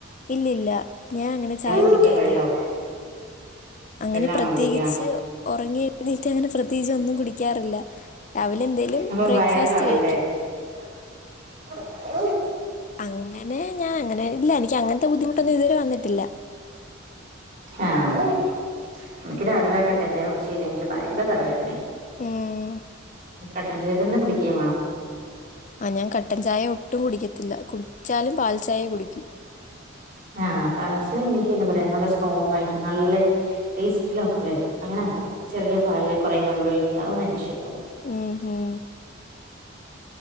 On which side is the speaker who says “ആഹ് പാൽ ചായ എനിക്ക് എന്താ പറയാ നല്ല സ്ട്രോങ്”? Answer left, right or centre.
Right